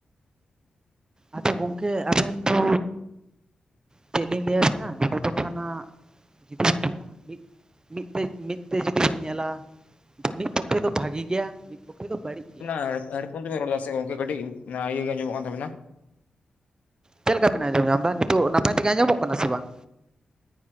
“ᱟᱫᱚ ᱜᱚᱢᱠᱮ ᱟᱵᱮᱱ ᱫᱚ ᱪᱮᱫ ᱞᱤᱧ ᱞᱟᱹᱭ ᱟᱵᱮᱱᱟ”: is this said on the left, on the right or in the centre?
Right